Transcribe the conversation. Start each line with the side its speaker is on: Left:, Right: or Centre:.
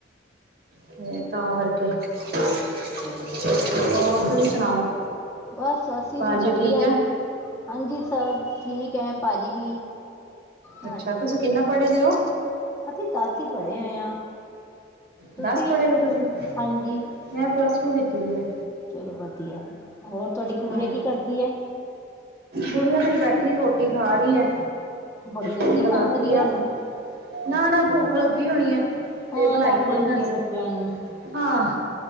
Right: ਤੇ ਤਾਂ ਕਰਕੇ, ਹੋਰ
Left: ਚਲੋ
Right: ਤੁਸੀਂ ਸੁਣਾਓ।
Left: ਬਸ, ਅਸੀ
Right: ਭਾਜੀ
Left: ਵੀ ਵਧੀਆ
Right: ਠੀਕ ਹੈ
Left: ਹਾਂਜੀ, ਸਭ ਠੀਕ ਹੈ ਭਾਜੀ ਵੀ ਹਾਂਜੀ
Right: ਅੱਛਾ, ਤੁਸੀਂ ਕਿੰਨਾ ਪੜ੍ਹਦੇ ਹੋ?
Left: ਅਸੀਂ ਦੱਸ ਹੀ ਪੜ੍ਹੇ ਹੋਏ ਹਾਂ ਤੁਸੀਂ
Right: ਦੱਸ ਪੜ੍ਹੇ ਹੋ ਤੁਸੀਂ
Left: ਹਾਂਜੀ
Right: ਮੈਂ ਪਲੱਸ ਟੂ ਕੀਤੀ ਦੀ ਹੈ
Left: ਚਲੋ ਵਧੀਆ, ਹੋਰ ਤੁਹਾਡੀ ਕੁੜੀਆ
Right: ਹਾਂਜੀ
Left: ਕੀ ਕਰਦੀ ਹੈ
Right: ਗੁੜੀਆਂ ਮੇਰੀ ਬੈਠੀ ਰੋਟੀ ਖਾ ਰਹੀ ਹੈ
Left: ਬੜੀ ਜਲਦੀ
Right: ਭੁੱਖ
Left: ਖਾਣ
Right: ਲੱਗ
Left: ਅਲੀ
Right: ਗਈ ਆ
Left: ਹੈ।
Right: ਉਹਨੂੰ ਨਾ
Left: ਅੱਛਾ
Right: ਨਾ ਭੁੱਖ ਲੱਗੀ ਹੋਣੀ ਹੈ।
Left: ਹਾਂ
Right: ਹਜੇ ਬਣਾਈ
Left: ਲੱਗ
Right: ਥੋੜੀ
Left: ਜਾਂਦੀ
Right: ਨਾ ਸੀ,
Left: ਹੈ ਬੱਚਿਆਂ ਨੂੰ
Right: ਹਾਂ